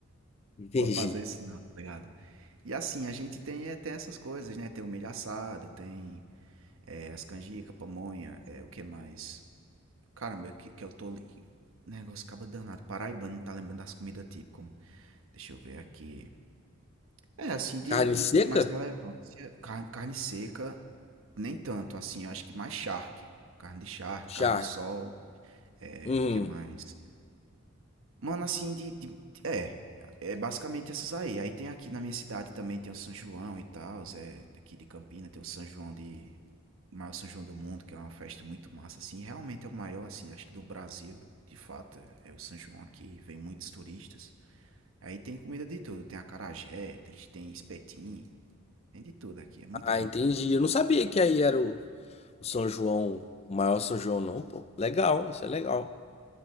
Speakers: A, on the left; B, on the right.
A: Entendi.
B: Vou fazer isso, não, tá ligado? E assim, a gente tem, é, tem essas coisas, né? Tem o milho assado, tem é, as canjica, pamonha, é, o que mais? Caramba, que, que eu tô. li- Negócio acaba danado. Paraibano não tá lembrando das comidas típicas. Deixa eu ver aqui. É, assim, de,
A: Carne
B: de,
A: seca?
B: de mais relevância, carne, carne seca, nem tanto, assim, eu acho que mais charque. Carne de charque,
A: char.
B: carne de sol, é,
A: Hum.
B: o que mais? Mano, assim, de, de- é, é basicamente essas aí. Aí tem aqui na minha cidade também tem o São João e tal, é, aqui de Campina tem o São João de, o maior São João do mundo, que é uma festa muito massa, assim, realmente é o maior, assim, acho que do Brasil, de fato, é o São João aqui, vem muitos turistas. Aí tem comida de tudo, tem acarajé, tem, tem espetinho, tem de tudo aqui, é muito
A: Ah,
B: bom,
A: entendi.
B: cara.
A: Eu não sabia que aí era o, o São João, o maior São João, não, pô. Legal, isso é legal.